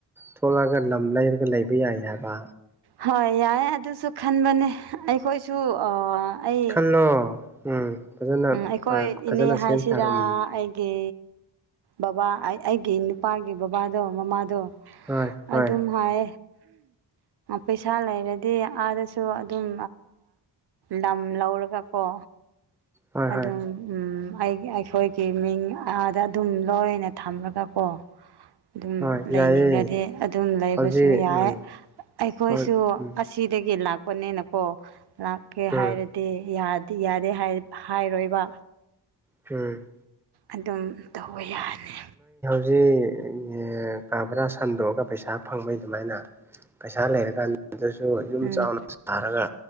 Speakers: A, in the centre; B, on the right (about 65°).
A: ꯊꯣꯛꯂꯛꯑꯒ ꯂꯝ ꯂꯩꯥꯔꯒ ꯂꯩꯕ ꯌꯥꯏꯍꯥꯢꯕ꯫
B: ꯍꯣꯏ ꯌꯥꯏ ꯑꯗꯨꯁꯨ ꯈꯟꯕꯅꯦ ꯑꯩꯈꯣꯏꯁꯨ꯫ ꯑꯩ
A: ꯈꯜꯂꯣ ꯎꯝ ꯐꯖꯅ
B: ꯑꯩꯈꯣꯏ
A: ꯐꯖꯅ
B: ꯏꯅꯦ ꯍꯥꯏꯁꯤꯔꯥ
A: ꯁꯦꯝ ꯁꯥꯔꯣ ꯎꯝ
B: ꯑꯩꯒꯤ꯫ ꯕꯕꯥ ꯑꯩꯒꯤ ꯅꯨꯄꯥꯒꯤ ꯕꯕꯥꯗꯣ ꯃꯃꯥꯗꯣ꯫
A: ꯍꯣꯏ ꯍꯣꯏ
B: ꯑꯗꯨꯝ ꯍꯥꯏ꯫ ꯄꯩꯁꯥ ꯂꯩꯔꯗꯤ ꯑꯥꯗꯁꯨ ꯑꯗꯨꯝ꯫ ꯂꯝ ꯂꯧꯔꯒꯀꯣ
A: ꯍꯣꯏ
B: ꯑꯗꯨꯝ
A: ꯍꯣꯏ
B: ꯎꯝ꯫ ꯑꯩꯒꯤ ꯑꯩꯈꯣꯏꯒꯤ ꯃꯤꯡ ꯑꯥꯗ ꯑꯗꯨꯝ ꯂꯣꯏꯅ ꯊꯝꯂꯒꯀꯣ꯫ ꯑꯗꯨꯝ
A: ꯍꯣꯏ
B: ꯂꯩꯅꯤꯡ
A: ꯌꯥꯏꯌꯦ
B: ꯉꯗꯤ ꯑꯗꯨꯝ ꯂꯩꯕꯁꯨ
A: ꯍꯧꯖꯤꯛ
B: ꯌꯥꯏ꯫
A: ꯎꯝ
B: ꯑꯩꯈꯣꯏꯁꯨ
A: ꯍꯣꯏ ꯎꯝ
B: ꯑꯁꯤꯗꯒꯤ ꯂꯥꯛꯄꯅꯤꯅꯀꯣ ꯂꯥꯛꯀꯦ
A: ꯎꯝ
B: ꯍꯥꯏꯔꯗꯤ꯫ ꯇꯤ ꯌꯥꯗꯦ ꯍꯥꯏꯔꯣꯏꯕ꯫
A: ꯍꯝ꯫
B: ꯑꯗꯨꯝ ꯇꯧꯕ ꯌꯥꯅꯤ꯫
A: <unintelligible> ꯀꯥ ꯕꯔꯥ ꯁꯟꯗꯣꯛꯑꯒ ꯄꯩꯁꯥ ꯐꯪꯕꯩ ꯑꯗꯨꯃꯥꯏꯅ ꯄꯩꯁꯥ ꯂꯩꯔꯀꯥꯟꯗ꯫ ꯑꯗꯨꯁꯨ ꯌꯨꯝ
B: ꯎꯝ
A: ꯆꯥꯎꯅ ꯁꯥꯔꯒ